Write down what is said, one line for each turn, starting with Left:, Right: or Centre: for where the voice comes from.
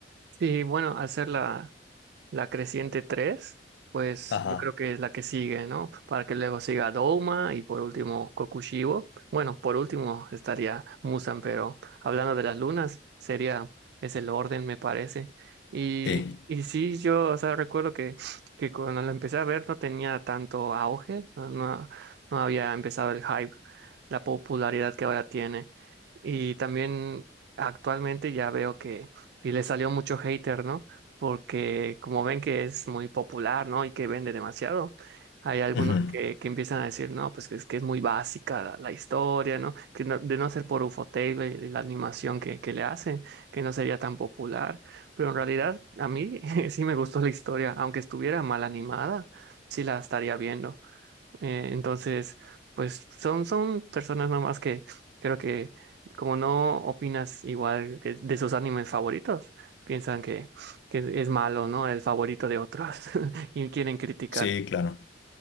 Right: Sí, bueno, al ser la, la creciente 3 pues
Left: Ajá.
Right: yo creo que es la que sigue, ¿no? Para que luego siga Douma y por último Kokushibo. Bueno, por último estaría Musan, pero hablando de las lunas, sería, es el orden, me parece. Y,
Left: Sí.
Right: y sí, yo, o sea, recuerdo que, que cuando lo empecé a ver no tenía tanto auge, no, no no había empezado el hype, la popularidad que ahora tiene. Y también actualmente ya veo que y le salió mucho hater, ¿no? porque como ven que es muy popular, ¿no? Y que vende demasiado, hay algunos
Left: Ujú.
Right: que, que empiezan a decir, no, pues que es que es muy básica la, la historia, ¿no? Que no- de no ser por Ufotable y la animación que, que le hace, que no sería tan popular. Pero en realidad a mí <laughs> sí me gustó la historia, aunque estuviera mal animada, sí la estaría viendo. Eh, entonces, pues son, son personas nomás que creo que como no opinas igual que de sus animes favoritos, piensan que, que es malo, ¿no? El favorito de otros <laughs> y quieren criticar.
Left: Sí, claro.